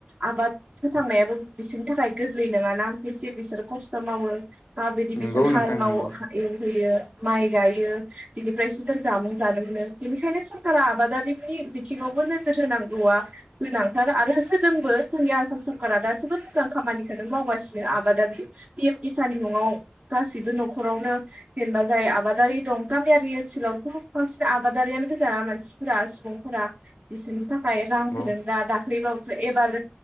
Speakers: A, on the right (about 35°); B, on the left (about 85°).
A: आबाद फोथांनायाबो बिसिनि थाखाय गोरलै नङाना बिसि बिसोरो खस्थ' मावो। माब्रौयदि
B: नंगौ
A: बिसोर हाल
B: नोंथां
A: माव
B: नंगौ
A: एवहैयो। माइ गायो बिनिफ्रायसो जों जामुं जानो मोनो बेनिखायनो। कारा आबादारिनि बिथिङावबो नोजोर होनांगौआ गोनांथार आरो होदोंबो जोंनि आसाम सरकारा दा जोबोद जां खामानिखोनो मावगासिनो आबादारि पि एम किशाननि मुङाव गासिबो न'खरावनो जेनेबा जाय आबादारि दं गामियारि ओनसोलावथ' बांसिन आबादारियानो गोजा मान सिफोरा सिबुंफोरा बिसोरनि थाखाय। रां
B: नंगौ
A: होदों दा दाख्लै बावैसो एबार